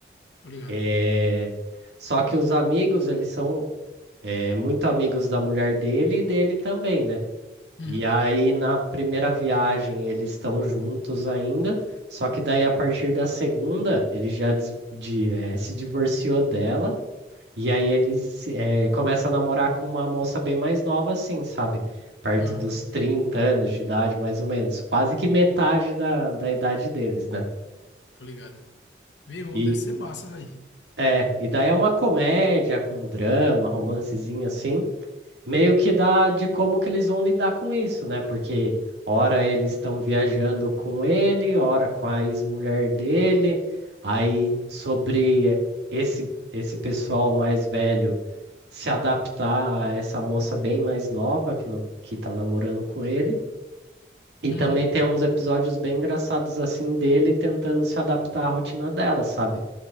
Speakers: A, on the left; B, on the right.
A: tô ligado.
B: É, Só que os amigos, eles são é muito amigos da mulher dele e dele também, né?
A: Uhum.
B: E aí, na primeira viagem, eles estão juntos ainda, só que daí, a partir da segunda, ele já des- de- eh, se divorciou dela, e aí ele se- eh, começa a namorar com uma moça bem mais nova, assim, sabe? Perto
A: Aham,
B: dos 30 anos de idade, mais ou menos, quase que metade da, da idade deles, né?
A: tô ligado. Meu irmão,
B: E,
A: deve ser massa, velho.
B: é, e daí é uma comédia com drama, romancezinho assim. meio que dá de como que eles vão lidar com isso, né? Porque ora eles estão viajando com ele, ora com a ex-mulher dele, aí sobre esse esse pessoal mais velho se adaptar a essa moça bem mais nova que no- que tá namorando com ele. E também
A: Uhum.
B: tem uns episódios bem engraçados assim dele tentando se adaptar à rotina dela, sabe?